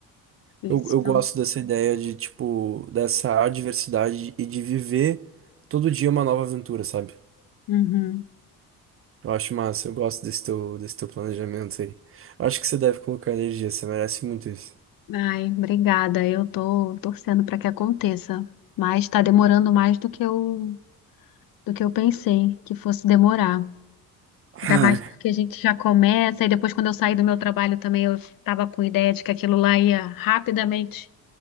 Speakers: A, on the left (about 65°); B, on the right (about 40°).
A: Isso,
B: Eu, eu
A: não.
B: gosto dessa ideia de, tipo, dessa adversidade e de viver todo dia uma nova aventura, sabe?
A: Uhum.
B: Eu acho massa, eu gosto desse teu, desse teu planejamento aí. Eu acho que você deve colocar energia, você merece muito isso.
A: Ai, obrigada. Eu tô torcendo para que aconteça, mas está demorando mais do que eu do que eu pensei que fosse demorar. Ainda
B: Ai.
A: mais porque a gente já começa, e depois, quando eu saí do meu trabalho também, eu estava com ideia de que aquilo lá ia rapidamente